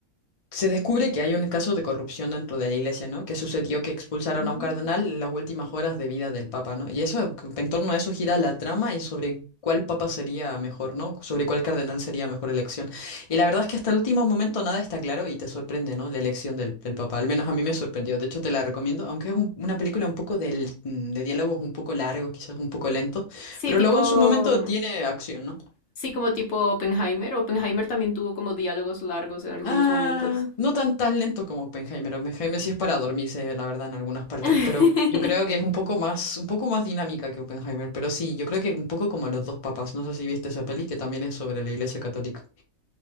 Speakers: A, on the left; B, on the left.
A: se descubre que hay un caso de corrupción dentro de la iglesia, ¿no? Que sucedió que expulsaron
B: Mm.
A: a un cardenal en las últimas horas de vida del papa, ¿no? Y eso, en torno a eso gira la trama y sobre cuál papa sería mejor, ¿no? Sobre cuál cardenal sería mejor elección. Y la verdad es que hasta el último momento nada está claro y te sorprende, ¿no? La elección del, del papa. Al menos a mí me sorprendió. De hecho, te la recomiendo, aunque es un- una película un poco del- de diálogos un poco largos, quizás un poco lento,
B: Sí,
A: pero
B: tipo...
A: luego en su momento tiene acción, ¿no?
B: Sí, como tipo Oppenheimer. Oppenheimer también tuvo como diálogos largos en algunos
A: Ah,
B: momentos.
A: no tan tan lento como Oppenheimer. Oppenheimer sí es para dormirse, la verdad, en algunas partes,
B: <laughs>
A: pero yo creo que es un poco más, un poco más dinámica que Oppenheimer. Pero sí, yo creo que un poco como Los dos papas. No sé si viste esa peli que también es sobre la Iglesia Católica.